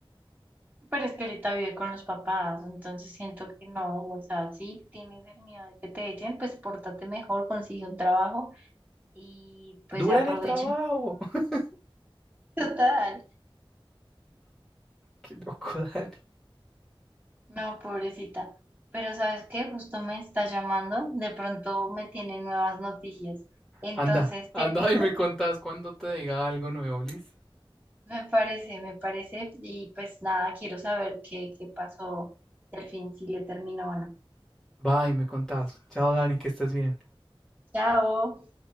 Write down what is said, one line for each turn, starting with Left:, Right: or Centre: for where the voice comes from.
Right: Pero es que ahorita vive con los papás, entonces siento que no, o sea, sí tienes el miedo de que te echen, pues pórtate mejor, consigue un trabajo y pues
Centre: Dura
Right: aprovecha.
Centre: en el trabajo. <laughs>
Right: <laughs> Total.
Centre: Qué loco, Dani.
Right: No, pobrecita. Pero ¿sabes qué? Justo me está llamando. De pronto me tiene nuevas noticias. Entonces
Centre: Anda, anda
Right: te digo,
Centre: y me contás cuando te diga algo nuevo, Liz.
Right: me parece, me parece. Y pues nada, quiero saber qué, qué pasó, si al fin si le terminó o no.
Centre: Va y me contás. Chao, Dani, que estés bien.
Right: Chao.